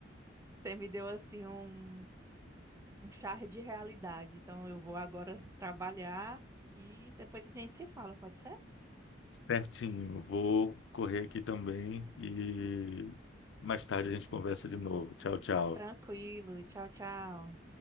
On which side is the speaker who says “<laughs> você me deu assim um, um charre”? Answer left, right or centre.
Right